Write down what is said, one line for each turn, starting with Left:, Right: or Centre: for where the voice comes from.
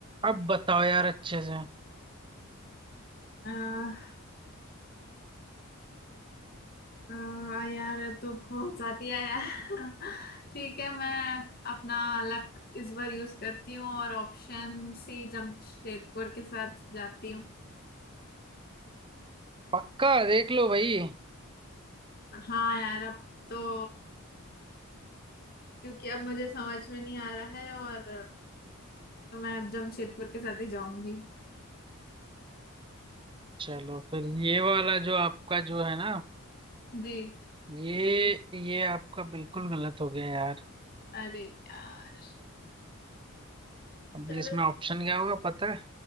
Right: अब बताओ यार अच्छे से
Left: आ, आ, यार ये तो बहुत फंसाती है यार ठीक है मैं अपना लक इस बार यूज करती हूँ और ऑप्शन सी जमशेदपुर के साथ जाती हूँ
Right: पक्का देख लो भाई
Left: हाँ यार अब तो क्योंकि अब मुझे समझ में नहीं आ रहा है और तो मैं अब जमशेदपुर के साथ ही जाऊंगी
Right: चलो फिर ये वाला जो आपका जो है ना
Left: जी
Right: ये ये आपका बिल्कुल गलत हो गया यार
Left: अरे यार
Right: अब
Left: चलो
Right: इसमें ऑप्शन क्या होगा पता है